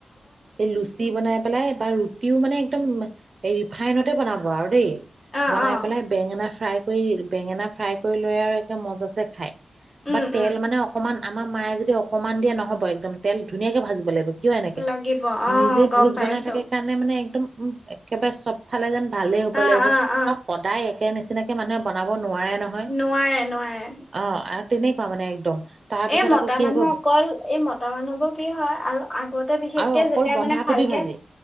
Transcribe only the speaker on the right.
এই লুচি বনাই পেলাই, বা ৰুটিও মানে একদম ৰিফাইনতে বনাব আৰু দেই।
বনাই
পেলাই, বেঙেনা ফ্ৰাই কৰি, বেঙেনা ফ্ৰাই কৰি লয় আৰু একে মজা ছে খায়।
বা তেল
মানে অকমান, আমাৰ মায়ে যদি অকণমান দিয়ে, নহ হ'ব একদম, তেল ধুনীয়াকে ভাজিব লাগিব। কিয় এনেকে,
নিজে
ভোজ
বনাই থাকে কাৰণে মানে একদম উম, একেবাৰে চব ফালে যেন ভালেই হ'ব
লাগিব,
আৰু সদায় সেই নিচিনাকে মানুহে বনাব নোৱাৰে নহয়।
অ, আৰু তেনে কোৱা মানে একদম। তাৰ পিছত
আকৌ কি
হ'ব
আৰু অকল
বন্ধাকবি
ভাজি